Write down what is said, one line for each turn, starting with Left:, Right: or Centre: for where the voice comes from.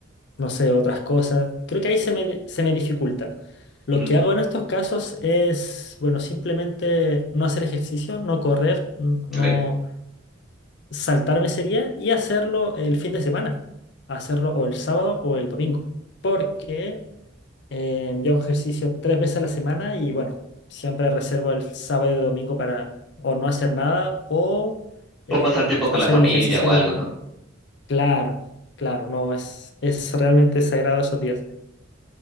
Left: no sé, otras cosas. Creo que ahí se me, se me dificulta. Lo
Centre: ujú,
Left: que hago en estos casos es, bueno, simplemente no hacer ejercicio, no correr, n- no
Centre: ok.
Left: saltarme sería y hacerlo el fin de semana. Hacerlo o el sábado o el domingo. Porque eh, yo hago ejercicio tres veces a la semana y bueno, siempre reservo el sábado y domingo para o no hacer nada o em,
Centre: O pasar tiempo con
Left: hacer
Centre: la familia
Left: el ejercicio
Centre: o
Left: del...
Centre: algo, ¿no?
Left: Claro, claro, no, es, es realmente sagrado esos días.